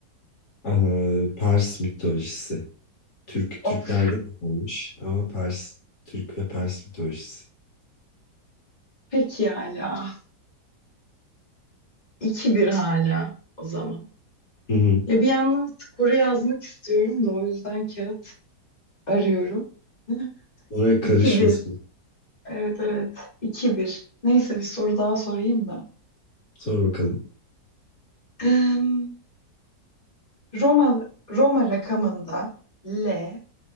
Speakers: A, on the left (about 55°); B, on the left (about 20°).
A: Ee, Pers mitolojisi. Türk
B: Of
A: Türklerde olmuş ama Pers. Türk ve Pers mitolojisi.
B: peki hala. iki bir hala o zaman.
A: Hı hı.
B: Ya bir yandan skoru yazmak istiyorum da o yüzden kağıt arıyorum. <laughs>
A: Oraya karışmasın.
B: iki bir Evet evet. iki bir Neyse bir soru daha sorayım da.
A: Sor bakalım.
B: Em, Roma Roma rakamında L